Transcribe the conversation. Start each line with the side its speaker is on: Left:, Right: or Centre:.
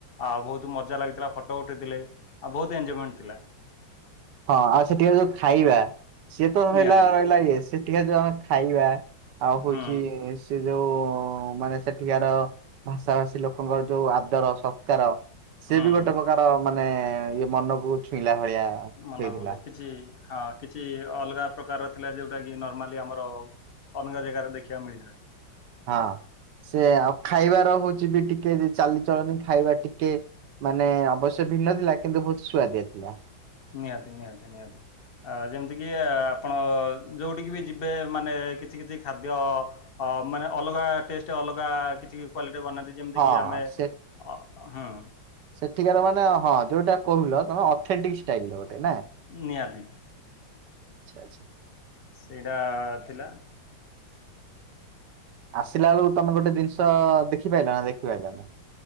Left: ଆ ବହୁତ ବହୁ ମଜା ଲାଗିଥିଲା ଫଟୋ ଉଠେଇଥିଲେ ଆଉ ବହୁତ ଏଜମେଣ୍ଟ ଥିଲା।
Right: ହଁ ଆଉ ସେଠିକ ଯୋଉ ଖାଇବା ସିଏ ତ ହେହଲା
Left: ନିହାତି
Right: ରହିଲା ଇଏ ସେ ଟିକେ ଯୋଉ ଆମେ ଖାଇବା ଆଉ ହଉଛି
Left: ହୁଁ
Right: ସେ ଯୋଉ ମାନେ ସେଠିକାର ଭାଷା ଭାଷୀ ଲୋକଙ୍କର ଯୋଉ ଆଦର ସଂସ୍କାର ସି
Left: ହୁଁ।
Right: ବି ଗୋଟେ ପ୍ରକାର ମାନେ ଇଏ ମନକୁ ଛୁଇଁଲା ଭଳିଆ
Left: ମାନେ
Right: ହେଇଥିଲା
Left: ବୋଲେ କିଛି ହଁ କିଛି ଅଲଗା ପ୍ରକାରର ଥିଲା ଯୋଉଟା କି ନର୍ମାଲି ଆମର ଅନେଗା ଜାଗାରେ ଦେଖିବାକୁ ମିଳିଥାଏ।
Right: ହଁ ସେ ଆଉ ଖାଇବାର ହଉଛି ବି ଟିକେ ଚାଲିଚଳନି ଖାଇବା ଟିକେ ମାନେ ଅବଶ୍ୟ ଭିନ୍ନ ଥିଲା କିନ୍ତୁ ବହୁତ ସୁଆଦିଆ ଥିଲା।
Left: ନିହାତି ନିହାତି ନିହାତି ଆ ଯେମିତି କିି ଆପଣ ଯୋଉଠିକି ବି ଯିବେ ମାନେ କିଛି କିଛି ଖାଦ୍ୟ ମାନେ ଅଲଗା ଟେଷ୍ଟ ଅଲଗା କିଛି କା ନାହାନ୍ତି ଯେମିତି
Right: ହଁ
Left: କିି ଆମେ ଅ
Right: ସେ
Left: ହୁଁ।
Right: ସେଠିକାର ମାନେ ହଁ ଯୋଉଟା କହୁିଲ ତମେ ଅଥେଣ୍ଟିକ୍ ଷ୍ଟାଇଲ ଗୋଟେ ନା।
Left: ନିଆଦ
Right: ଆଛା ଆଛା।
Left: ସେଇଟା ଥିଲା।
Right: ଆସିଲା ବେଳକୁ ତମେ ଗୋଟେ ଜିନିଷ ଦେଖିପାରଲ ନା ଦେଖିପାରଲ ନା।